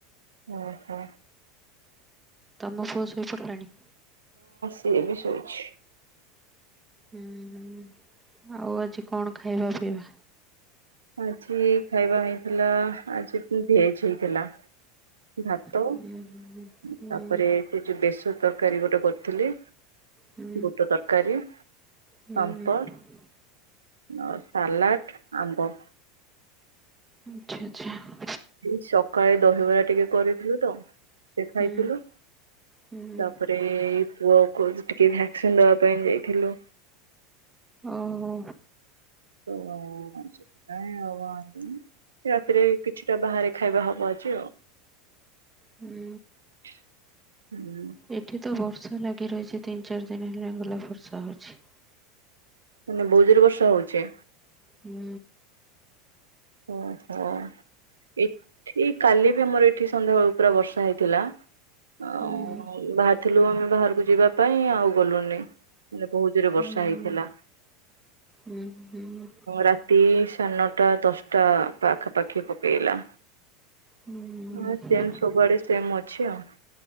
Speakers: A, on the right; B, on the right.
A: ଓ ହୋ।
B: ତମ ପୁଅ ଶୋଇପଡ଼ିଲାଣି।
A: ସେ ବିଷୟଛି।
B: ହୁଁ ହୁଁ ଆଉ ଆଜି କଣ ଖାଇବା ପିଇବା?
A: ଆଜି ଖାଇବା ହେଇଥିଲା ଆଜି ଭେଜ ହେଇଥିଲା। ଭାତ
B: ହୁଁ
A: ତାପରେ
B: ହୁଁ ହୁଁ
A: ସେ ଯୋଉ ବେସ ତରକାରୀ ଗୋଟେ କରିଥିଲି
B: ହୁଁ
A: ବୁଟ ତରକାରୀ
B: ହୁଁ
A: ପାପର୍
B: ହୁଁ
A: ଓ ସାଲାଟ ଆମ୍ବ
B: ଆଚ୍ଛା ଆଚ୍ଛା।
A: ସକାଳେ ଦହିବରା ଟିକେ କରିଥିଲୁ ତ ସେ ଖାଇଥିଲୁ
B: ହୁଁ ହୁଁ
A: ତାପରେ ପୁଅକୁ ଟିକେ ଭ୍ୟାକ୍ସିନ ଦବା ପାଇଁ ଯାଇଥିଲୁ
B: ଓ ହୋ।
A: ଓ ସେ ଆ ରାତିରେ କିଛିଟା ବାହାରେ ଖାଇବା ହବ ଅଛି ଆଉ
B: ହୁଁ।
A: ହୁଁ।
B: ଏଠି ତ ବର୍ଷା ଲାଗି ରହିଛି ତିନି ଚାରି ଦିନ ହେଲାଙ୍ଗୁଲା ବର୍ଷା ହଉଛି।
A: ମାନେ ବୋଜରେ ବର୍ଷା ହଉଚେ
B: ହୁଁ
A: ଓ ହୋ। ଏଠି କାଲି ବି ଆମର ଏଠି ସନ୍ଧ୍ୟାବେଳୁ ପୁରା ବର୍ଷା ହେଇଥିଲା। ଅ
B: ହୁଁ
A: ବାହାରିଥିଲୁ ଆମେ ବାହାରକୁ ଯିବା ପାଇଁ ଆଉ ଗଲୁନି ମାନେ ବହୁତ ଜୋରେ
B: ହୁଁ
A: ବର୍ଷା ହେଇଥିଲା।
B: ହୁଁ। ହୁଁ
A: ରାତି ସାଢେ ନଅଟା ଦଶଟା ତ ପାଖ ପାଖି ପକେଇଲା।
B: ହୁଁ
A: ହଁ ସେମ ସବୁଆଡେ ସେମ ଅଛି ଆଉ।